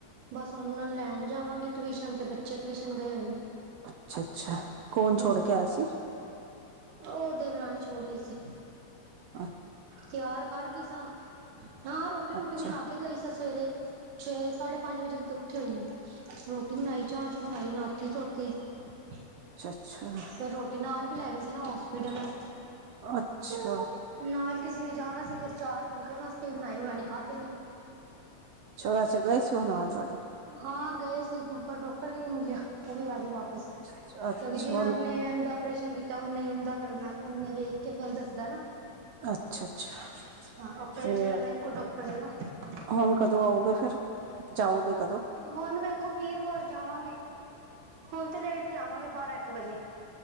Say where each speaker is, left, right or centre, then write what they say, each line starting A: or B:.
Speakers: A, on the right; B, on the right.
A: ਬਸ ਉਹਨਾਂ ਨੂੰ ਲੈਣ ਜਾਵਾਂਗੀ ਟਿਊਸ਼ਨ ਤੇ ਬੱਚੇ ਟਿਊਸ਼ਨ ਗਏ ਹੋਏ ਨੇ।
B: ਅੱਛਾ-ਅੱਛਾ ਕੌਣ
A: ਹੂੰ
B: ਛੋੜ ਕੇ ਆਇਆ ਸੀ?
A: ਉਹ ਦੇਵਰਾਣੀ ਛੋੜੀ ਹੋਈ ਸੀ।
B: ਆ
A: ਤਿਆਰ ਕਰ ਗਈ ਸਾਂ, ਹਾਂ ਰੋਟੀ ਰੂਟੀ
B: ਅੱਛਾ
A: ਬਣਾ ਕੇ ਗਈ ਸਾਂ ਸਵੇਰੇ, ਛੇ ਸਾਢੇ ਪੰਜ ਵਜੇ ਦੀ ਤਾਂ ਉੱਠੀ ਹੋਈ ਆਂ ਰੋ ਤੇ ਬਣਾਈ ਚਾਹ-ਚੂਹ ਬਣਾਈ, ਨਾਤੀ-ਧੋਤੀ, ਕੀ?
B: ਅੱਛਾ ਅੱਛਾ
A: ਫੇਰ ਰੋਟੀ ਨਾਲ ਵੀ ਲੈ ਗਏ। ਜਿਨ੍ਹਾਂ ਹੌਸਪੀਟਲ ਹੈ।
B: ਅੱਛਾ,
A: ਨਾਲ ਕਿਸੇ ਨੇ ਜਾਣਾ ਸੀ ਫਿਰ ਚਾਰ ਫੁਲਕੇ ਉਹਨਾਂ ਵਾਸਤੇ ਵੀ ਬਣਾਏ ਉਹਨਾਂ ਨੇ। ਅੱਦ,
B: ਅੱਛਾ ਵੈਸੇ ਗਏ ਸੀ ਉਹ ਨਾਲ ਤੁਹਾਡੇ?
A: ਹਾਂ ਗਏ ਸੀ ਪਰ ਤਾਂ ਡਾਕਟਰ ਨੇ ਨਹੀਂ ਮਿਲਿਆ। ਉਹ ਵੀ ਆ ਗਈ ਵਾਪਿਸ ਕਿਉਂਕਿ
B: ਅੱਛਾ ਅੱਛਾ
A: ਜਿਹਨਾਂ
B: ਹੁਣ
A: ਨੇ ਇੰਝ ਦਾ ਆਪ੍ਰੇਸ਼ਨ ਕੀਤਾ ਉਹਨੇ ਉਂਦਾ ਕਰਨਾ ਉਹਨੇ ਵੇਖ ਕੇ ਫੇਰ ਦੱਸਦਾ ਹੈ ਨਾ।
B: ਅੱਛਾ ਅੱਛਾ
A: ਹਾਂ, ਆਪ੍ਰੇਸ਼ਨ
B: ਤੇ
A: ਵਾਲਾ ਇੱਕੋ ਡਾਕ ਪਰੇ ਨਾ <unintelligible>
B: ਹੁਣ ਕਦੋਂ ਆਉਗੇ ਫੇਰ, ਜਾਓਗੇ। ਕਦੋਂ
A: ਹੁਣ ਵੇਖੋ ਵੀਰਵਾਰ ਜਾਵਾਂਗੇ ਹੁਣ ਤੇ ਲੇਟ ਜਾਵਾਂਗੇ ਬਾਰਾਂ ਇੱਕ ਵਜੇ